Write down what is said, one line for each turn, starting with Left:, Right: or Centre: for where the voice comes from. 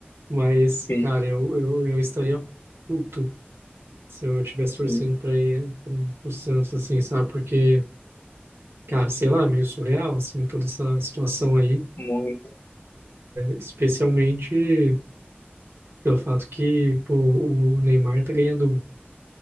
Right: Mas,
Left: Sim,
Right: cara, eu, eu, eu estaria puto se eu estivesse torcendo
Left: sim,
Right: para o Santos, assim, sabe? Porque, cara, sei lá, é meio surreal, assim, toda essa situação aí.
Left: muito,
Right: Especialmente pelo fato que, pô, o Neymar tá ganhando